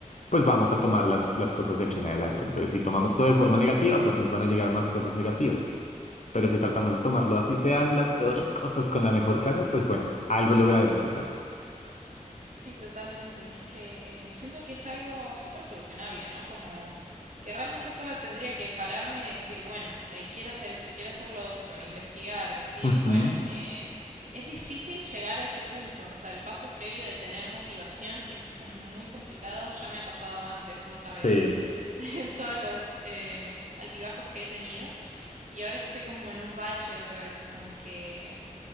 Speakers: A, on the left (about 60°); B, on the right (about 65°).
A: pues vamos a tomar las, las cosas de aquí en adelante. Entonces, si tomamos todo de forma negativa, pues nos van a llegar más cosas negativas. Pero si tratamos de tomarlo así sean las peores cosas con la mejor cara, pues bueno, algo lograremos sacar.
B: Sí, totalmente. Es que eh, siento que es algo súper solucionable, ¿no? Como que realmente solo tendría que pararme y decir, bueno, eh, quiero hacer esto, quiero hacer lo otro, investigar, decir,
A: Ujú.
B: bueno, eh, es difícil llegar a ese punto. O sea, el paso previo de tener motivación es como muy complicado. Ya me ha pasado antes, vos sabés,
A: Sí.
B: <laughs> en todos los eh, altibajos que he tenido. Y ahora estoy como en un bache otra vez, como que